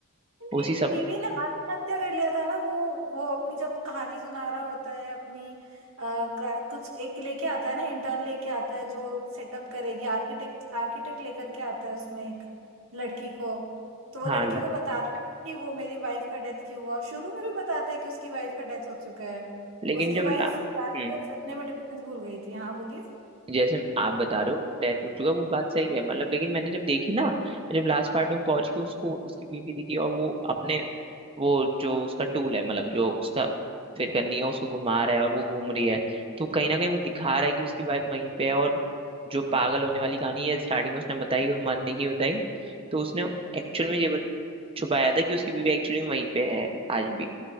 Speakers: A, on the right; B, on the right.
A: नहीं
B: उसी
A: नहीं
B: सब
A: बीवी ने आत्महत्या कर लिया था ना वो वो अपनी जब कहानी सुना रहा होता है अपनी अ, ग्रा- कुछ एक लेके आता है ना इंटर्न लेके आता है जो सेटअप करेगी आर्किटेक्ट आर्किटेक्ट लेकर के आता है उसमें एक लड़की को तो वो
B: हाँ
A: लड़की
B: ला-
A: को बताता है कि वो मेरी वाइफ का डेथ क्यों हुआ और शुरू में भी बताता है कि उसकी वाइफ का डेथ हो चुका है
B: लेकिन
A: उसकी
B: जब
A: वाइफ
B: ला हम्म,
A: सपने में डिफरेंस भूल गई थी हाँ बोलिए
B: जैसे आप बता रहे हो डेथ हो चुका वो बात सही है मतलब लेकिन मैंने जब देखी ना जब लास्ट पार्ट में पहुंच के उसको उसकी बीवी दिखी और वो अपने वो जो उसका टूल है मतलब जो उसका फिर करनी है उसको घुमा रहा है और वो घूम रही है तो कहीं ना कहीं वो दिखा रहा है कि उसकी वाइफ वहीं पे है और जो पागल होने वाली कहानी है स्टार्टिंग में उसने बताई और मरने की बताई तो उसने एक्चुअल में ये बत- छुपाया था कि उसकी बीवी एक्चुअली वहीं पे है आज भी